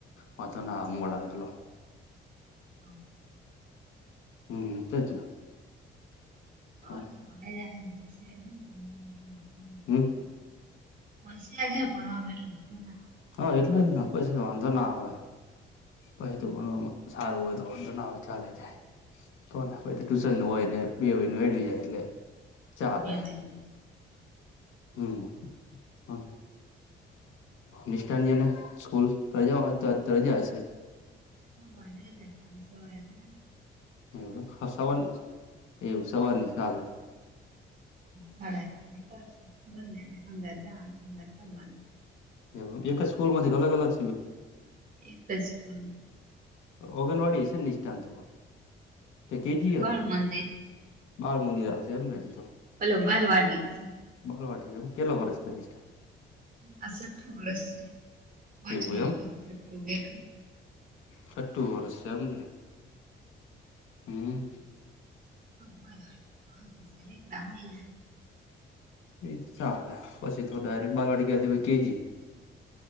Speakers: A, on the left; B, on the right.
A: વા
B: ત્રણ
A: ના
B: ચાર હવ
A: મોડાલો
B: <unintelligible>
A: હમ તો જ
B: <unintelligible>
A: ને હમ
B: હશયાર છે ભણમાં એટલે બુ ના
A: હા એટલે જ ના પછી તો વાંધો ના આવે પછી તો ભણવામાં સારું હોય તો વાંધો ના ચાલે જાય કોણ પ ટ્યુશન નું હોયને બે વય નું એડ જાય એટલે
B: હ
A: ચાલે
B: બે ભાઈ
A: હમ હ નિષ્ઠાની અને સ્કૂલ રજા હો તો આ રજા હશે
B: હ ભજ જતાામ સને
A: એવ સવાર એવું સવારની ચા
B: સા પા બને હંગા જાનું હંગા થબાનું
A: એ એક જ સ્કૂલ માંથી અલગ અલગ સિ
B: એક સ્કૂલ
A: ઓંગનવાડી હ છે ને નિષ્ઠાંત કે કેજીયો
B: બાળ મંદિર
A: બાળ મંદર આવંશે એમ રાજી તો
B: ઓલો માલ વાટિકા
A: હાલ વાટિકા કેટલો બરસ નિષ્ઠા.
B: આ સટ્ટુ વરસ છે. પાંચ
A: એવું
B: <inaudible>
A: એમ
B: નું બેઠું.
A: છઠ્ઠું વર્ષ છે એમને? હમ્મ.
B: <inaudible>
A: એ ચાલે પછી તો ડાયરેક બાલવાડીકા થી કે જી.